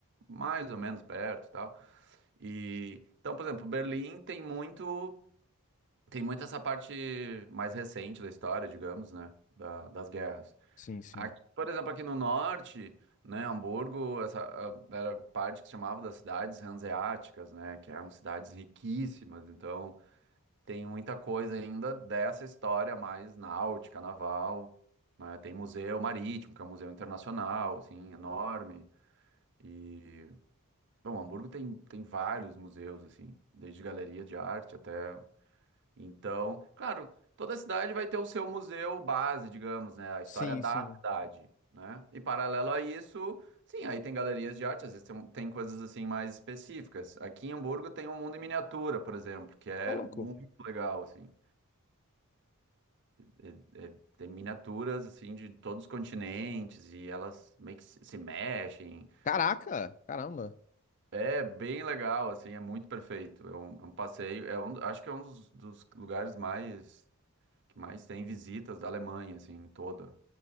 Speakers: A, on the right (about 55°); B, on the left (about 35°).
A: mais ou menos perto e tal. E, então, por exemplo, Berlim tem muito. Tem muito essa parte mais recente da história, digamos, né? da- das guerras.
B: Sim, sim.
A: Aqui, por exemplo, aqui no norte, né, Hamburgo, essa ah, era parte que se chamava das cidades hanseáticas, né, que eram cidades riquíssimas. Então, tem muita coisa ainda dessa história mais náutica, naval, né? Tem museu marítimo, que é um museu internacional, assim, enorme. E, bom, Hamburgo tem, tem vários museus, assim, desde galeria de arte até então, claro, toda cidade vai ter o seu museu base, digamos, né? A história
B: Sim,
A: da
B: sim.
A: cidade, né? E paralelo a isso, sim, aí tem galerias de arte, às vezes tem, um, tem coisas assim mais específicas. Aqui em Hamburgo tem um mundo em miniatura, por exemplo, que é
B: Ô, louco.
A: muito legal, assim. É- é- Tem miniaturas, assim, de todos os continentes e elas meio que se se mexem.
B: Caraca, caramba.
A: É bem legal, assim, é muito perfeito. É um, é um passeio, é um, acho que é um dos dos lugares mais que mais tem visitas da Alemanha, assim, toda.